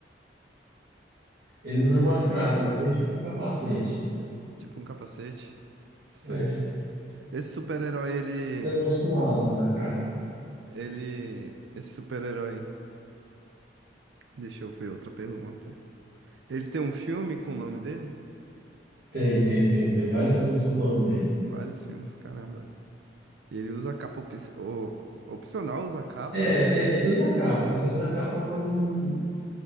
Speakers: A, on the right (about 60°); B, on the right (about 75°).
A: Ele não é mascarado, ele tem tipo um capacete.
B: Tipo um capacete? Certo.
A: É, tipo,
B: Esse super-herói, ele.
A: negócio com asa na cara.
B: Ele. Esse super-herói. Deixa eu ver outra pergunta. Ele tem um filme com o nome dele?
A: Tem, tem, tem. Usei vários filmes com o nome dele.
B: Vários filmes, caramba. E ele usa a capa op... opcional, usa a capa?
A: É, é, ele usa capa, ele usa capa, mas não,